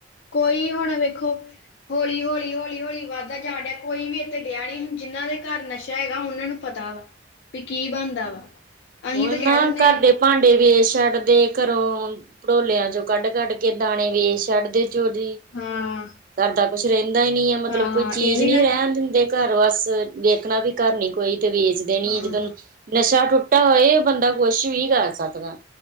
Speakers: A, on the left; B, on the right.
A: ਕੋਈ ਹੁਣ ਵੇਖੋ ਹੌਲੀ ਹੌਲੀ ਹੌਲੀ ਹੌਲੀ ਵਾਧਾ ਜਾ ਡਿਆ, ਕੋਈ ਵੀ ਇੱਥੇ ਡਿਆ ਨਹੀਂੀ ਹੁਣ ਜਿਹਨਾਂ ਦੇ ਘਰ ਨਸ਼ਾ ਹੈਗਾ, ਉਹਨਾਂ ਨੂੰ ਪਤਾ ਵਾ ਵੀ, ਕੀ ਬਣਦਾ ਵਾ। ਅਸੀਂ
B: ਉਹ
A: ਤਾਂ
B: ਨਾ,
A: ਕਹਿ ਦਿੰਦੇ
B: ਘਰ ਦੇ ਭਾਂਡੇ ਵੇਚ ਛੱਡਦੇ ਘਰੋਂ ਭੋਲਿਆਂ ਚੋਂ ਕੱਢ ਕੱਢ ਕੇ ਦਾਣੇ ਵੇਚ ਛੱਡਦੇ ਚੋਰੀ
A: ਹਾਂ ਹਾਂ
B: ਘਰ ਦਾ ਕੁੱਛ ਰਹਿੰਦਾ ਹੀ ਨਹੀਂੀ ਹੈ, ਮਤਲਬ
A: ਹਾਂ
B: ਕੋਈ
A: ਹਾਂ
B: ਚੀਜ਼
A: ਇਹੋ ਹੀ
B: ਨਹੀਂੀ
A: ਨਾ
B: ਰਹਿਣ ਦੇਂਦੇ ਦੇ ਘਰ ਬਸ ਵੇਖਣਾ ਵੀ ਘਰ ਨੀ ਕੋਈ, ਤੇ ਵੇਚ ਦੇਣੀ
A: ਹਾਂ
B: ਜਦੋਂ ਨਸ਼ਾ ਟੁੱਟ ਤਾਂ ਏ ਬੰਦਾ ਕੁਛ ਵੀ ਕਰ ਸਕਦਾ।